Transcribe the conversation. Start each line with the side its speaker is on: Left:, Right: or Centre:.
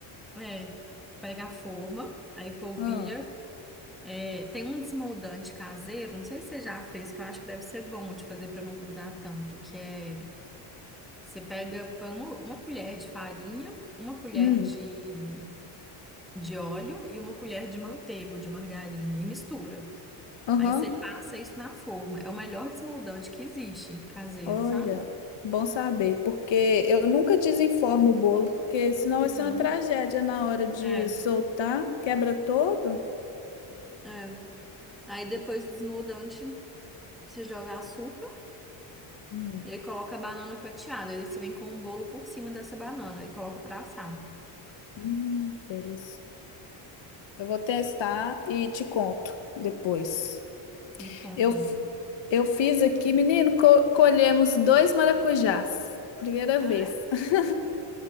Centre: É, pega a forma, aí polvilha.
Left: Ah,
Centre: É, tem um desmoldante caseiro, não sei se você já fez, que eu acho que deve ser bom de fazer pra não grudar tanto, que é, você pega, põe uma, uma colher de farinha, uma colher
Left: hum,
Centre: de, de óleo e uma colher de manteiga, ou de margarina, e mistura.
Left: aham.
Centre: Aí você passa isso na forma. É o melhor desmoldante que existe, caseiro,
Left: Olha,
Centre: sabe?
Left: bom saber, porque eu nunca desenformo o bolo, porque senão
Centre: Uhum.
Left: vai ser uma tragédia na hora de
Centre: É,
Left: soltar, quebra todo.
Centre: é. Aí depois do desmoldante, você joga açúcar,
Left: Hum,
Centre: E aí coloca a banana fatiada. Aí você vem com o bolo por cima dessa banana e coloca pra assar.
Left: hum, delícia. Eu vou testar e te conto depois.
Centre: Me conta.
Left: Eu, f- eu fiz aqui, menino, co- colhemos dois maracujás. Primeira
Centre: Ah,
Left: vez.
Centre: é? O
Left: <laughs>